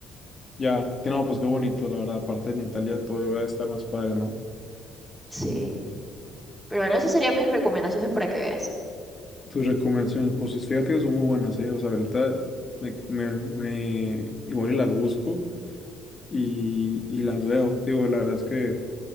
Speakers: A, on the left (about 35°); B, in the centre.
A: Ya, que no, pues qué bonito, la verdad. Aparte en Italia todo va a estar más padre, ¿no?
B: Sí, pero bueno, esas serían mis recomendaciones para que veas.
A: Tus recomendaciones, pues fíjate que son muy buenas, ¿eh? O sea, ahorita me, me, me- igual y las busco y, y las veo. Digo, la verdad es que